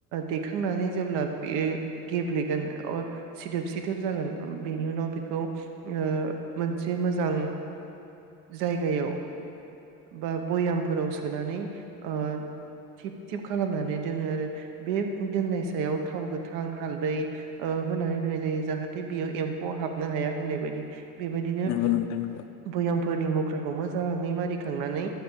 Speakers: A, on the right; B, on the left.
A: देखांनानै जेब्ला बेयो गेब्लेगोन ओ सिदोब सिदोब जागोन उम बेनि उनाव बेखौ ओ मोनसे मोजां जायगायाव बा भयामफोराव सोनानै ओ थिब थिब खालामनानै दोनो आरो बे दोननाय सायाव थाव गोथां हालदै ओ होनानै दोननाय जायो जाहाथे बेयाव एम्फौ हाबनो हाया होननाय बायदि बेबायदिनो
B: नंगौ नोंथां नंगौ
A: बैयाम फोरनि मुख्राखौ मोजाङै मारिखांनानै